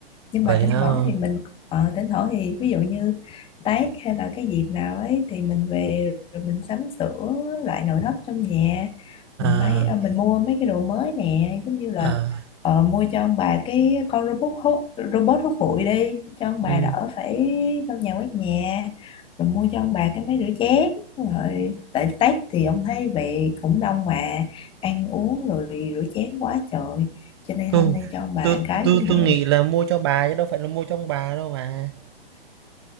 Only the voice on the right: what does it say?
vậy
hả
à
à
ừ.
tôi
tôi
tôi
tôi
nghĩ là mua cho bà chứ đâu phải là mua cho ông bà đâu mà